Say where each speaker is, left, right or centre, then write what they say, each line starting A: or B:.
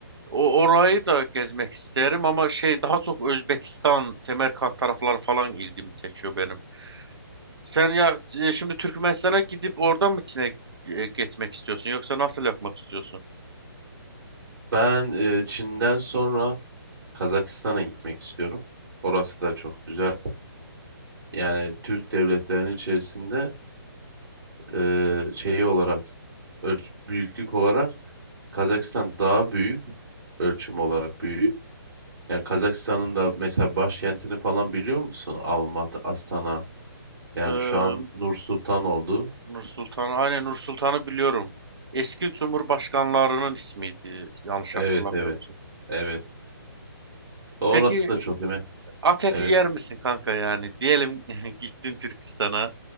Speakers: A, on the right; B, on the right.
A: o orayı da gezmek isterim ama şey daha çok Özbekistan, Semerkant tarafları falan ilgimi çekiyor benim. Sen ya e, şimdi Türkmenistan'a gidip oradan mı Çin'e e, geçmek istiyorsun yoksa nasıl yapmak istiyorsun?
B: Ben e, Çin'den sonra Kazakistan'a gitmek istiyorum. Orası da çok güzel. Yani Türk devletlerinin içerisinde e, şeyi olarak ölç büyüklük olarak Kazakistan daha büyük. ölçüm olarak büyüğü. Yani Kazakistan'ın da mesela başkentini falan biliyor musun? Almatı, Astana. Yani
A: Ee,
B: şu an Nur Sultan oldu.
A: Nur Sultan, aynen Nur Sultan'ı biliyorum. Eski cumhurbaşkanlarının ismiydi yanlış
B: Evet,
A: hatırlamıyorum.
B: evet, evet. Orası
A: Peki
B: da çok hemen.
A: at eti
B: Evet.
A: yer misin kanka yani? Diyelim <laughs> gittin Türkistan'a.